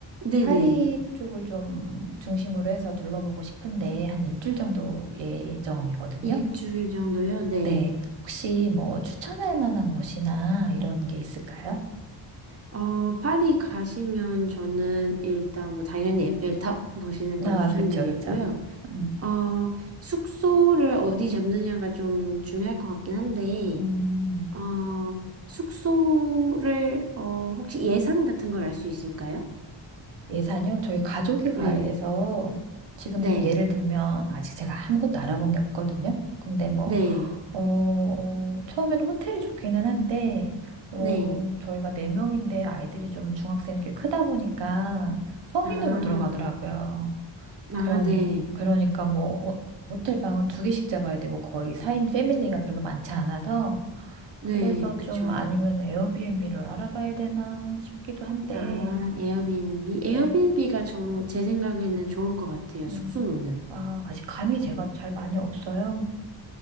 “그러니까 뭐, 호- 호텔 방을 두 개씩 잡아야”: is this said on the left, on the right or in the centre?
Right